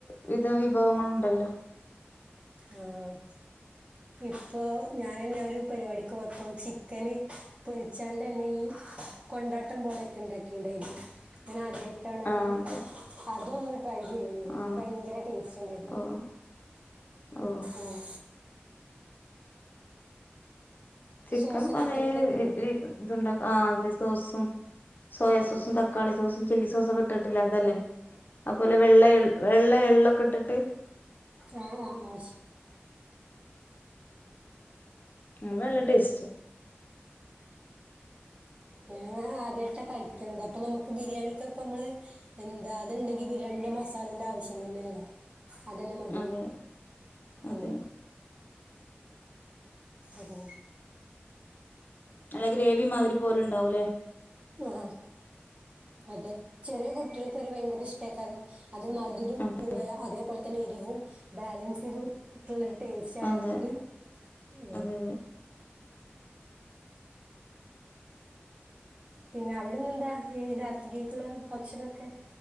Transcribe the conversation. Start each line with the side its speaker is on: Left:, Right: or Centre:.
Left: വിധം വി ഭവങ്ങളുണ്ടല്ലോ
Right: ആഹ് ഇപ്പൊ ഞാനന്നെ ഒരു പരിവാടിക്ക് പോയപ്പം ചിക്കന് പൊരിച്ചാണ്ടന്നെ ഈ കൊണ്ടാട്ടം പോലൊക്കെ ഇണ്ടാക്കിണ്ടായിരുന്നു ഞാൻ ആദ്യായി ട്ടാണങ്ങനെ
Left: ആ അതെ
Right: അതൊന്ന് ട്രൈ ചെയ്യ്ണെ അപ്പം
Left: ആ
Right: ഭയങ്കര ടേസ്റ്റ്ണ്ടായിരുന്നു
Left: ഓ ഓ
Right: ഉം
Left: ചിക്കൻ
Right: സോസൊക്കെ
Left: പറയേരു
Right: ഇട്ടിട്ട്
Left: ഏ രി ഇതുണ്ടാ ആഹ് അതെ സോസും സോയാ
Right: ഉം.
Left: സോസും തക്കാളി സോസും ചില്ലി സോസൊക്കെ ഇട്ട്ട്ട്ള്ള അതല്ലേ അപ് പോലെ വെള്ള എള് വെള്ള എള്ളും ക്കട്ട്ട്ട്
Right: ആഹ് ആഹ് ശ
Left: അത് നല്ല ടേസ്റ്റാ
Right: ഉം ഞാൻ ആദ്യായിട്ടാ കഴിക്ക്ണത് അപ്പം നമ്മക്ക് ബിരിയാണിക്കൊക്ക മ്മള് എന്താ അത്ണ്ടെങ്കി ബിരിയാണീന്റെ മസാലന്റെ ആവശ്യം തന്നെല്ല അതന്നെ മതി
Left: അതെ അതെ
Right: ഉം ഉം.
Left: നല്ല ഗ്രേവി മാതിരി പോലെ ഉണ്ടാവൂല്ലേ
Right: ആഹ് അതെ ചെറിയ കുട്ടികൾക്കൊരു ഭയങ്കര ഇഷ്ടേക്കാലെ അത് മധുരം
Left: അതെ
Right: വെ അതേപോലെ എരിവും ബാലൻസ് യ്ത് ട്ട്ള്ളെ ടേസ്റ്റ് ആയതുകൊണ്ട്
Left: അതെ
Right: മ്ഹ്
Left: അതെ അതെ
Right: പിന്നെ അവിടുന്ന് എന്താ ഇനി രാത്രീലേക്കുള്ള ഭക്ഷണം ക്കെ